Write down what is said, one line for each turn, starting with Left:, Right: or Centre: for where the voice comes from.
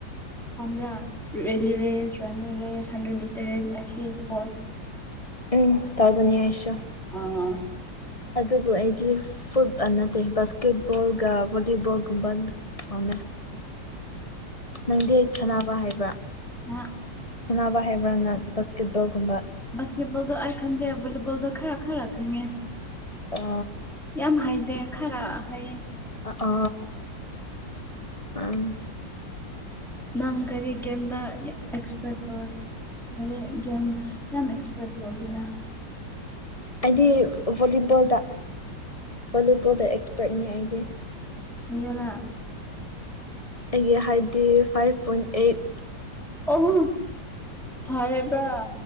Centre: ꯀ꯭ꯔꯥ ꯔꯦꯂꯤ ꯔꯦꯁ ꯔꯥꯅꯤ ꯔꯦꯁ ꯍꯟꯗ꯭ꯔꯦꯠ ꯃꯤꯇꯔ ꯔꯦꯁ ꯑꯦ ꯁꯤ ꯏꯁ ꯐꯣꯔ
Left: ꯎꯝ ꯇꯧꯕꯅꯤ ꯍꯥꯏꯁꯨ
Centre: ꯑꯥ
Left: ꯑꯗꯨꯕꯨ ꯑꯩꯗꯤ ꯐꯨꯠ ꯑ ꯅꯠꯇꯦ ꯕꯁ ꯐꯦꯠꯕꯣꯜꯒ ꯣꯂꯤꯕꯜꯒꯨꯝꯕꯅꯤ ꯐꯥꯎꯝꯃꯦ ꯅꯪꯗꯤ ꯁꯥꯟꯅꯕ ꯍꯥꯏꯕ꯭ꯔꯥ
Centre: ꯑꯥ
Left: ꯁꯥꯟꯅꯕ ꯍꯥꯏꯕ꯭ꯔꯥ ꯅꯪ ꯕꯥꯁꯀꯦꯠꯕꯣꯜꯒꯨꯝꯕ
Centre: ꯁ ꯀꯦꯕꯣꯜꯗꯣ ꯑꯩ ꯈꯟꯗꯦꯕꯣꯜꯗꯣ ꯈꯔ ꯈꯔ ꯈꯪꯉꯦ
Left: ꯑ
Centre: ꯌꯥꯝ ꯍꯥꯏꯗꯦ ꯈꯔ ꯍꯥꯏꯌꯦ
Left: ꯑ ꯎꯝ
Centre: ꯅꯪ ꯀꯔꯤ ꯀꯦꯝꯗ ꯑꯦꯁꯄꯦꯛ ꯇꯧꯏ ꯌꯥꯝ ꯑꯦꯛꯁꯄꯔꯠ ꯑꯣꯏꯒꯗꯦ
Left: ꯑꯩꯗꯤ ꯚꯣꯂꯤꯕꯣꯜꯗ ꯚꯣꯂꯤꯕꯣꯜꯗ ꯑꯦꯛꯁꯄꯔꯠꯅꯤ ꯑꯩꯗꯤ
Centre: ꯌꯥꯔ
Left: ꯑꯩꯒꯤ ꯍꯥꯏꯠꯗꯤ ꯐꯥꯏꯚ ꯄꯣꯏꯟ ꯑꯩꯠ
Centre: ꯑꯣꯍ ꯐꯔꯦ ꯄ